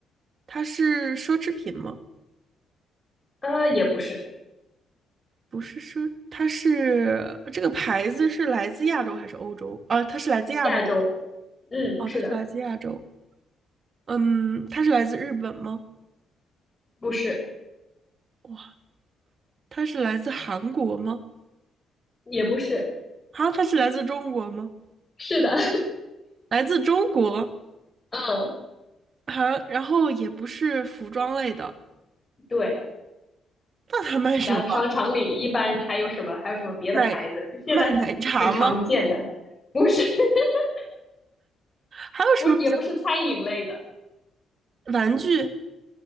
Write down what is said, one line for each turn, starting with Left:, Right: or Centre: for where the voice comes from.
Right: 它是奢侈品吗？
Left: 呃，也不是，
Right: 不是奢，它是这个牌子是来自亚洲还是欧洲？啊，它是来自亚洲吗？
Left: 亚洲，嗯，
Right: 哦，
Left: 是的，
Right: 它是来自亚洲。嗯，它是来自日本吗？
Left: 不是，
Right: 哇，它是来自韩国吗？
Left: 也不是，
Right: 啊，它是来自中国吗？
Left: 是的，
Right: 来自中国
Left: <laughs> 嗯，
Right: 啊，然后也不是服装类的，
Left: 对。
Right: 那它卖什么？
Left: 你想想商场里一般还有什么，还有什么别的牌子？
Right: 奶，
Left: 就现在很很常见的，
Right: 卖奶茶吗？
Left: 不是 <laughs>
Right: 还有什么
Left: 不也不是餐饮类的
Right: 玩具？